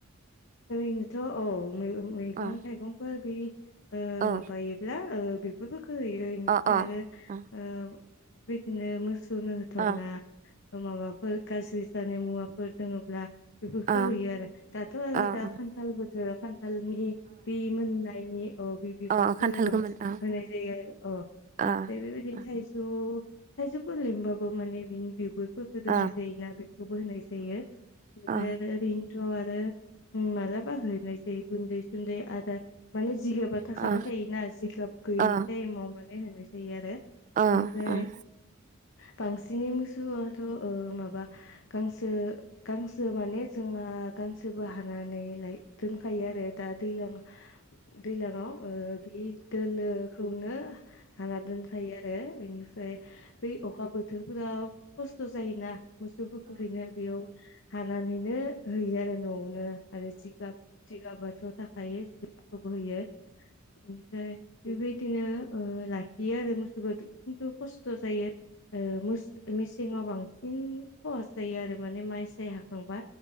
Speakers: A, on the left; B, on the right.
A: ओरैनोथ औ मैगं
B: अ
A: थाइगंफोर बेय ओ
B: औ
A: माबायोब्ला ओ बेगुर फो हैयो इनिफ्राय
B: अ अ
A: आरो ओ
B: अ
A: बेबायदिनो मोस सौनो होथावना
B: अ
A: माबाफोर गाज्रि जानाय मुवाफोर दोंङोब्ला बेफोरखौ
B: अ
A: होयो आरो दाथ आंयो
B: अ
A: दा खानथाल बोथोराव खालनि बे मोन नाय खायनि औ बे बिगुरखौ
B: अ अ खान्थाल
A: बांसिन
B: गोमोन अ
A: होनाय जायो। अ
B: अ
A: इनफ्राय बेबायदिनो
B: अ
A: थाइजौ थायजौफोर लिमबाबो माने बिनि बिगु गुर फोरखौ दोननाय
B: अ
A: जायोना बेखौबो होनाय जायो। इनिफ्राय
B: अ
A: आरो ओरैनो थ आरो उम मालाबा होनाय जायो। गुन्दै-सुन्दै आदार माने जिगाबा थाखाबाय
B: अ
A: थायोना जिगाब गैयि
B: अ
A: टाइमाव माने होनाय जाय जायो आरो। बेनिफ्राय
B: अ ओं
A: बांसिनै मोसौ आथ ओ माबा गांसो गांसो माने जोंहा गांसोबो हाग नानै लाय दोनखायो आरो दा दैलां दैलांङाव ओ बि दोलो खौनो हारा दोनखायोआ ओ एनि ओमफाय बै अखाबो थोरफोराव खस्थ जायोना मोसौ फोरखो हैनो बेयाव हानानैनो हैयो आरो नआवनो। आरो जिगाब जिगाबोद जथाखायो। खुबहोयो। इनिफ्राय बेबायदिनो ओ लाखियो आरो मोसौखो खिन्थु खस्थ जायो ओ मोस मेसेंआव बांसिन हस। जायो आरो माने माइसाय हां थांबा